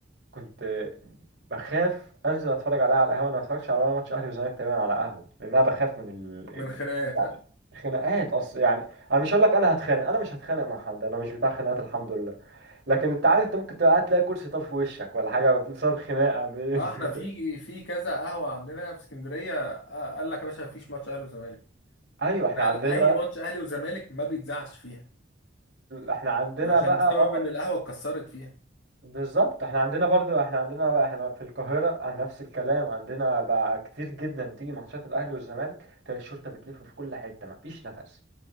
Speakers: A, on the right; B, on the left.
A: كنت بخاف انزل اتفرج عليها على القهوه انا ما اتفرجش على ولا ماتش اهلي وزمالك تقريبا على قهوه لان انا بخاف من ال...
B: من
A: ال...
B: خناقات
A: يعني
B: ها
A: الخناقات اصل يعني انا مش هقول لك انا هتخانق انا مش هتخانق مع حد انا مش بتاع خناقات الحمد لله لكن انت عارف انت ممكن تبقى قاعد تلاقي كرسي طرف وشك ولا حاجه بسبب خناقه ب...
B: اه
A: <laughs>
B: احنا
A: بت...
B: في في كذا قهوه عندنا في اسكندريه آه، قال لك يا باشا مفيش ماتش اهلي وزمالك
A: ايوه احنا
B: فعلا
A: عندنا
B: اي ماتش اهلي وزمالك ما بيتذاعش فيها
A: احنا عندنا
B: عشان
A: بقى
B: بسبب
A: اه
B: ان القهوه اتكسرت فيها
A: بالظبط احنا عندنا برضو احنا عندنا بقى احنا في القاهرة عن نفس الكلام عندنا بقى كتير جدا تيجي ماتشات الاهلي والزمالك تلاقي الشرطة بتلف في كل حتة مفيش نفس